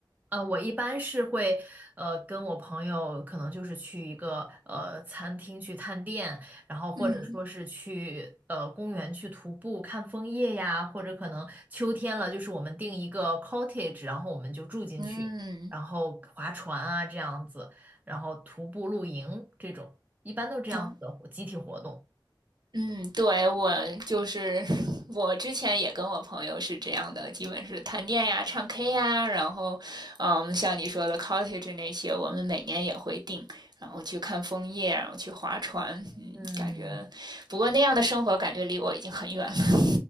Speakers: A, on the right; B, on the right.
A: 呃，我一般是会，呃，跟我朋友可能就是去一个呃餐厅去探店，然后或者说是去呃公园去徒步看枫叶呀，
B: 嗯，
A: 或者可能秋天了，就是我们订一个 cottage，然后我们就住进去，
B: 嗯，
A: 然后划船啊这样子，然后徒步露营这种，一般都是这样子的活集体活动。
B: 哦，嗯，对，我就是 <laughs> 我之前也跟我朋友是这样的，基本是探店呀、唱 K 呀，然后，嗯，像你说的 cottage 那些，我们每年也会定，然后去看枫叶，然后去划船，嗯，
A: 嗯。
B: 感觉，不过那样的生活感觉离我已经很远了，